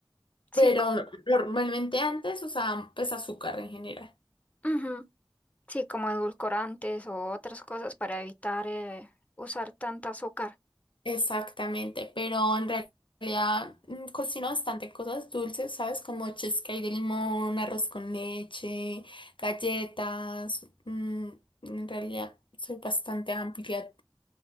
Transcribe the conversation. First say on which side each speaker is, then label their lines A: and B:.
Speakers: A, on the left; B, on the left.
A: pero
B: Sí, como,
A: normalmente antes usaban pues azúcar en general.
B: ujú, Sí, como edulcorantes o otras cosas para evitar eh, usar tanta azúcar.
A: Exactamente, pero en realidad mm, cocino bastante cosas dulces, ¿sabes? Como cheesecake de limón, arroz con leche, galletas. mm, en realidad soy bastante amplia